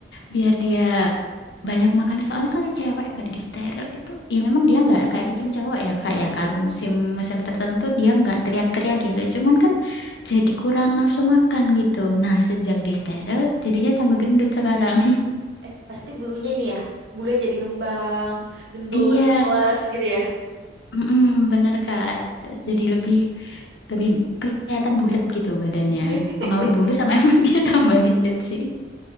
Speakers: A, on the left; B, on the right.
A: biar dia banyak makan soalnya kalau cewek nggak disteril itu ya memang dia nggak kayak kucing cowok ya kak
B: Mm-mm.
A: ya kalau musim musim tertentu dia nggak teriak-teriak gitu cuman kan jadi kurang nafsu makan gitu nah sejak disteril jadinya tambah gendut sekarang
B: eh pasti bulunya ini ya bulunya jadi ngembang gendut
A: <laughs> iya
B: males gitu ya
A: mm bener kak jadi lebih lebih kelihatan bulat gitu badannya
B: <laughs>
A: pengaruh bulu sama <laughs> emang dia tambah gendut sih